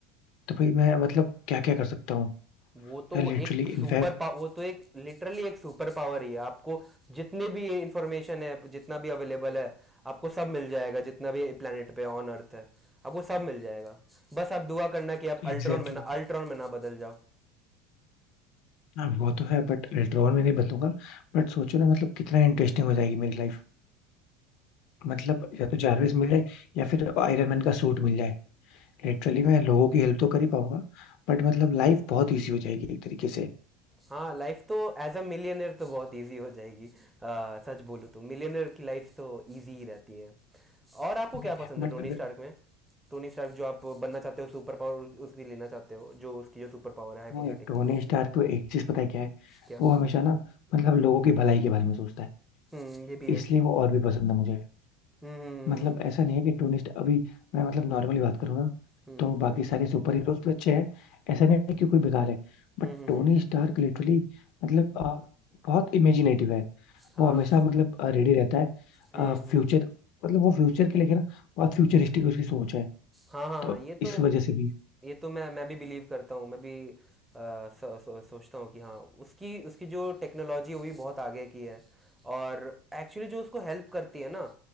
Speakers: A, on the left; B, in the centre.
A: तो भाई मैं मतलब क्या क्या कर सकता हूँ
B: वो तो
A: यार लिटरली
B: एक
A: इनफैक्ट
B: सुपर पावर वो तो एक लिटरली एक सुपर पावर ही है आपको जितने भी इंफॉर्मेशन है जितना भी अवेलेबल है आपको सब मिल जाएगा जितना भी प्लेनेट पे ऑन अर्थ है आपको सब मिल जाएगा बस आप दुआ करना कि आप
A: एग्जैक्टली
B: अल्ट्रॉन में ना अल्ट्रॉन में ना बदल जाओ
A: हाँ वो तो है बट लेटर ऑन में नहीं बदलूंगा बट सोचो ना मतलब कितना इंटरेस्टिंग हो जाएगी मेरी लाइफ मतलब या तो जारविस मिल जाए या फिर आयरन मैन का सूट मिल जाए लिटरली मैं लोगों की हेल्प तो कर ही पाऊंगा बट मतलब लाइफ बहुत इजी हो जाएगी एक तरीके से
B: हाँ लाइफ तो एज अ मिलियनर तो बहुत इजी हो जाएगी आ, सच बोलूँ तो मिलियनर की लाइफ तो इजी ही रहती है और आपको क्या
A: नहीं
B: पसंद है
A: बट
B: टोनी स्टार्क में टोनी स्टार्क जो आप बनना चाहते हो सुपर पावर उसकी लेना चाहते हो जो उसकी जो सुपर पावर है हाइपोथेटिकली
A: नहीं टोनी स्टार्क को एक चीज पता है क्या है
B: क्या
A: वो हमेशा ना मतलब लोगों की भलाई के बारे में सोचता है
B: हम्म ये भी है
A: इसलिए वो और भी पसंद है मुझे
B: हम्म
A: मतलब ऐसा नहीं है कि टोनी स्टार्क अभी मैं मतलब नॉर्मली बात करूँ ना
B: हम्म
A: तो बाकी सारे सुपर हीरोज तो अच्छे हैं
B: हम्म
A: ऐसा नहीं है कि कोई बेकार है बट
B: हम्म हम्म
A: टोनी
B: हम्म, हम्म,
A: स्टार्क लिटरली मतलब अ, बहुत इमेजिनेटिव है
B: हाँ
A: वो हमेशा मतलब रेडी रहता है
B: हम्म हम्म
A: फ्यूचर मतलब वो फ्यूचर के लेके ना बहुत फ्यूचरिस्टिक उसकी सोच है
B: हाँ हाँ
A: तो
B: हाँ ये तो
A: इस वजह से भी
B: ये तो मैं मैं भी बिलीव करता हूँ मैं भी अ, सो, सो, सोचता हूँ कि हाँ उसकी उसकी जो टेक्नोलॉजी हुई बहुत आगे की है और एक्चुअली जो उसको हेल्प करती है ना